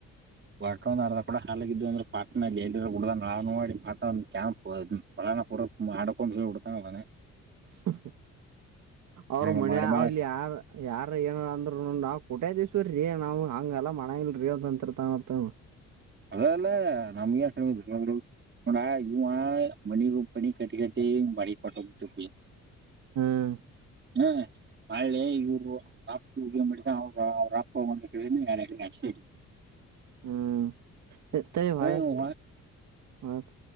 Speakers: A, on the right; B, on the right.
A: ವಾ್ರ ಒಂದ ಅರ್ ಕೂ ಹಾಲಾಗಿದ್ವಿ ಅ್ರೆ ಪಾತ್ರ ಹಡ್ದ ನಾ ನೋಡಿ ಪಾ ಕ್ಯಾಂಪ್ ಪುರ ಮಾಡಕೊಂಡ್ ಹಿಡ್ತಾನದಾನ
B: ಹ್ಮ್ ಹ್ಮ್ ಅವ್ರ
A: ಹಂಗ
B: ಮನ್ಯಾ
A: ಮಾಡಿ ಮಾಡಿ
B: ಅಲ್ಲಿ ಯಾರ ಯಾರ ಏನಾರ ಅಂದ್ರ ನಾವ್ ಕೋಟ್ಯಾದೀಶ್ವರಿ ನಾವ್ ಹಂಗೆಲ್ಲ ಮಡಾಂಗಿಲ್ಲಾರಿ ಅಂತ್ ಅಂತಿರ್ತಾನ ಅಂತ ಅವ.
A: ಅದ ಅಲ್ಲ ನಮ್ಗೇನ ಕಡಿಮ್ ಬಿದ್ದುದ ಬಿಡು ಗುರು ನೋಡ್ ಇವ ಮನಿಗ್ ಒಬ್ಬೊ ಮನಿ ಕಟ್ಟಿ ಕಟ್ಟಿ ಹಿಂಗ್ ಬಾಡಗಿ ಕೊಟ್ಟ <unintelligible>
B: ಹ್ಮ್
A: ಹ ಆಳೆ ಈಗ ಇವರ ಅಪ್ಪ <unintelligible> ಏ ಅವ್ರ ಅವ್ರ ಅಪ್ಪ ಒಂದ ಕಡೆ ಏನ್ ಯಾಡ್ ಕಡೆ <unintelligible>
B: ಹ್ಮ್ ಏ ತಡಿ ಹೊಳ್ಳಿ ಹಚ್ಚ
A: ಇವ
B: ಹೊಳ್ಳಿ ಹಚ್ಚ